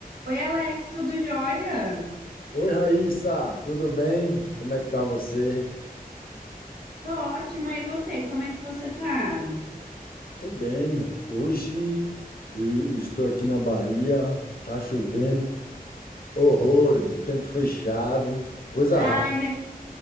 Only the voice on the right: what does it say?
Oi, Alex, tudo jóia?
Tô ótima, e você? Como é que você tá?
Ai,
na-